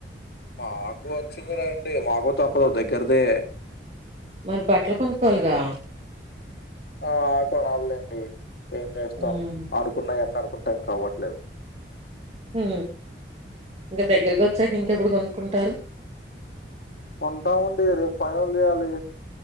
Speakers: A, on the left; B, on the right.
A: మాకు వ మకు వచ్చింది లేండి మాకు తప్పదు దగ్గరదే
B: మరి బట్టలు కొనుక్కోవాలిగా
A: ఆ కొనాలండి ఏం చేస్తాం
B: హ్మ్
A: అనుకున్నా వాన్ని కొంటం కావట్లేదు
B: హు ఇంకా దగ్గరకి వచ్చాక ఇంకెప్పుడు కొనుక్కుంటారు.
A: కొంటామండి రేపు ఫైనల్ చేయాలి